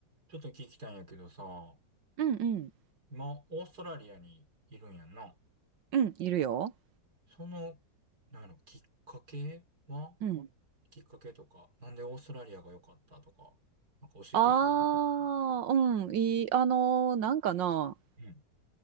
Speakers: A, on the right; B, on the right.
A: ちょっと聞きたいんやけどさ、
B: うんうん。
A: 今、オーストラリアにいるんやんな。
B: うん、いるよ。
A: その、なんやろ、きっかけは
B: うん。
A: きっかけとか、なんでオーストラリアが良かったとか、なんか教えて。
B: ああ、うん、いい、あのーなんかな、
A: うん、